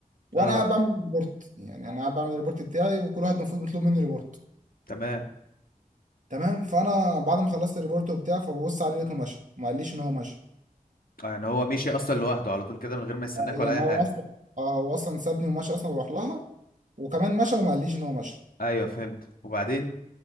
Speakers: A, on the right (about 55°); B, on the left (about 80°).
A: وانا
B: اه
A: بعمل ريبورت يعني انا قاعد بعمل الريبورت بتاعي وكل واحد المفروض بيطلب مني ريبورت
B: تمام
A: تمام فانا بعد ما خلصت الريبورت وبتاع فببص عليه لقيته مشى ما قاليش ان هو مشى
B: اه يعني هو مشي اصلا لوحده على طول كده من غير ما يستناك
A: آه،
B: ولا
A: يعني
B: اي
A: هو
B: حاجه
A: اصلا اه هو اصلا سابني ومشى اصلا وراح لها وكمان مشى وما قاليش ان هو مشى
B: ايوه فهمت وبعدين